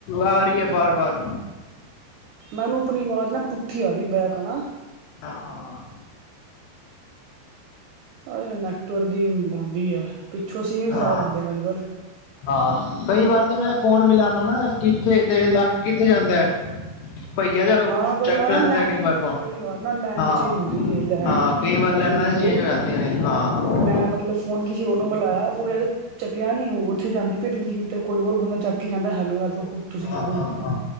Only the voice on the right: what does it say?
ਮੈਨੂੰ ਆਪਣੀ ਆਵਾਜ਼ ਨਾ ਪੁੱਠੀ ਆ ਰਹੀ, ਬੈਕ ਹ ਨਾ
ਅਰੇ ਨੈੱਟਵਰਕ ਦੀ ਆਉਂਦੀ ਹੈ ਪਿੱਛੋਂ ਸਿੰਮ ਹੀ
ਖਰਾਬ ਆਉਂਦੇ ਨੇ ਅੱਜ ਕੱਲ।
ਹਾਂ ਕਈ
ਵਾਰ
ਨਾ ਲੈਣ
ਕਈ ਵਾਰ ਨਾ ਲੈਣ
ਚ ਹੁੰਦੀ ਹੈ ਲੈਣ
ਜਿਹੜੀ
ਇਹ
ਮੈਂ ਮਤਲਬ ਫੋਨ ਕਿਸੇ ਹੋਰਨੂੰ ਮਿਲਾਇਆ ਓਨੇ ਤੇ ਚੱਕਆ ਨੀ ਓ ਓਥੇ ਜਾਂਦੀ ਪੀ ਏ ਫੇਰ ਰਿੰਗਿੰਗ ਤੇ ਕੋਈ ਹੋਰ ਬੰਦਾ ਚੱਕ ਕੇ ਕੇਂਦਾ ਹੈਲੋ ਹੈਲੋ। ਤੁਸੀ
ਕੌਨ